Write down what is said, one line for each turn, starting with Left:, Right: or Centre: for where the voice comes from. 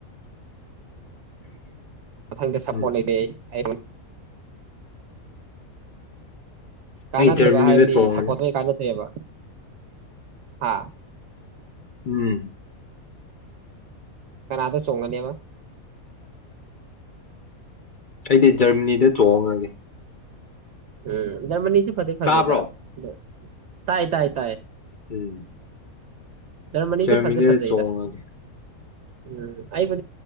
Right: <inaudible> ꯈꯪꯗꯦ ꯁꯄꯣꯔꯠ
Left: ꯎꯝ
Right: ꯂꯩꯇꯦ ꯑꯩ ꯍꯥꯏꯔꯣꯏ ꯀꯥꯟꯅꯗꯦꯕ
Left: ꯑꯩ ꯖꯔꯃꯅꯤꯗ
Right: ꯍꯥꯏꯕꯗꯤ
Left: ꯆꯣꯡꯉꯅꯤ
Right: ꯁꯄꯣꯠ ꯇꯧꯏ ꯀꯥꯟꯅꯗꯦꯕ ꯑꯦ ꯍꯥꯥ
Left: ꯎꯝ
Right: ꯈꯔꯗ ꯁꯣꯡꯉꯅꯤꯕ
Left: ꯁꯩꯒꯤ ꯖꯔꯃꯅꯤꯗ ꯆꯣꯡꯉꯒꯦ
Right: ꯎꯝ ꯖꯔꯃꯅꯤ ꯐꯠꯇꯦ ꯐꯖꯦꯩꯗꯗꯣ
Left: ꯇꯥꯕ꯭ꯔꯣ
Right: ꯇꯥꯏ ꯇꯥꯏ ꯇꯥꯏ
Left: ꯎꯝ
Right: ꯖꯔꯃꯅꯤꯗꯨ
Left: ꯆꯃꯤꯅꯦ
Right: ꯐꯗꯤ ꯐꯖꯩꯗ
Left: ꯇꯣꯡꯉꯒꯦ
Right: ꯎꯝ ꯑꯩꯕ